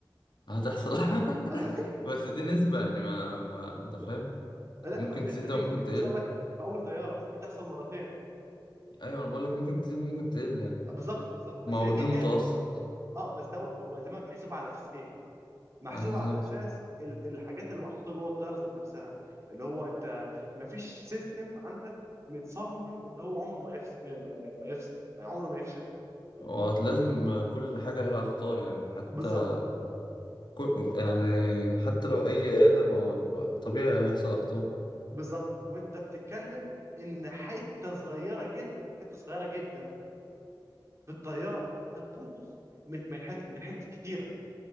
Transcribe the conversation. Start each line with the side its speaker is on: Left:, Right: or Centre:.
Left: هتحصل <laughs>
Right: <laughs>
Left: بس دي نسبة يعني ما, ما انت فاهم
Right: لا
Left: ممكن
Right: ما هي النسبه
Left: تزيد ده
Right: دي
Left: وممكن
Right: ممكن تحصل
Left: تقل
Right: لك في اول طياره ممكن تحصل مرتين
Left: ايوه انا بقول لك ممكن تزيد ممكن تقل يعني
Right: آه، بالظبط بالظبط بس
Left: ما
Right: هي
Left: واخدين
Right: كده كده
Left: المتوسط
Right: اه بس ده هو ده محسوب على اساس ايه محسوب
Left: اساسي
Right: على اساس ال- الحاجات اللي محطوطه جوه الطياره ذات نفسها اللي هو انت ما فيش سيستم عندك متصمم اللي هو عمره ما يفصل ما, ما, ما ما يفصل ما عمره ما يفشل
Left: ولازم كل حاجة لها اخطاء يعني حتى
Right: بالظبط
Left: كل يعني حتى لو اي آلة ما هو طبيعي هيحصل اخطاء
Right: بالظبط وانت بتتكلم ان حته صغيره جدا حته صغيره جدا في الطياره هتبوظ من من حته من حتت كتيره